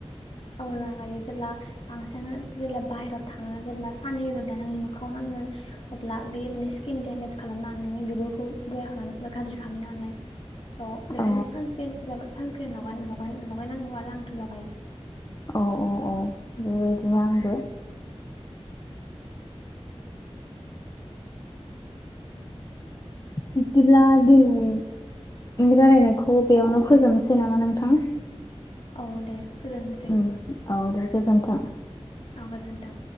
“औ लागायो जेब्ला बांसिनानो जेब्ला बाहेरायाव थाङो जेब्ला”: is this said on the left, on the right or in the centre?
Left